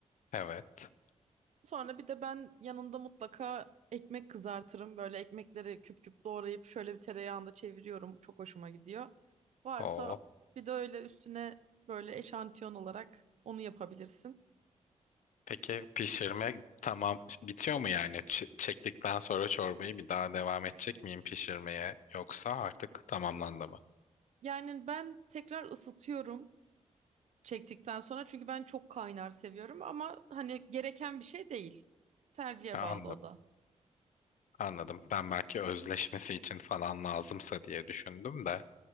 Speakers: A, on the left (about 80°); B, on the right (about 65°).
A: Evet.
B: Sonra bir de ben yanında mutlaka ekmek kızartırım. Böyle ekmekleri küp küp doğrayıp şöyle bir tereyağında çeviriyorum. Çok hoşuma gidiyor. Varsa
A: O
B: bir de öyle üstüne böyle eşantiyon olarak onu yapabilirsin.
A: peki pişirme tamam bitiyor mu yani? Ç- çektikten sonra çorbayı bir daha devam edecek miyim pişirmeye yoksa artık tamamlandı mı?
B: Yani ben tekrar ısıtıyorum çektikten sonra çünkü ben çok kaynar seviyorum ama hani gereken bir şey değil. Tercihe
A: Ha,
B: bağlı
A: Anladım.
B: o da.
A: Anladım. Ben belki özleşmesi için falan lazımsa diye düşündüm de.